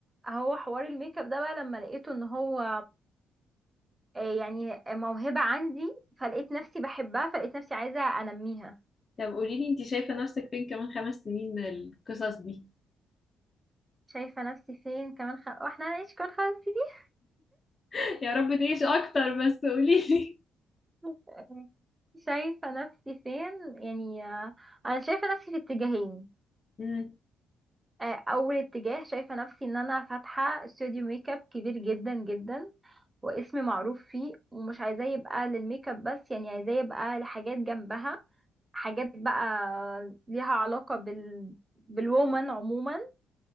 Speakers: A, on the right; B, on the left.
A: هو حوار الميك اب ده بقى لما لقيته ان هو آه، يعني موهبة عندي فلقيت نفسي بحبها فلقيت نفسي عايزة انميها
B: طب قولي لي انت شايفة نفسك فين كمان خمس سنين من القصص دي
A: شايفة نفسي فين كمان خ... واحنا هنعيش كل خمس سنين
B: <laughs> يا رب تعيش اكتر بس قولي لي
A: <laughs> آه، شايفة نفسي فين يعني آه، انا شايفة نفسي في اتجاهين
B: مم.
A: آه، اول اتجاه شايفة نفسي ان انا فاتحة استوديو ميك اب كبير جدا جدا واسمي معروف فيه ومش عايزاه يبقى للميك اب بس يعني عايزاه يبقى لحاجات جنبها حاجات بقى ليها علاقة بال بالوومن عموما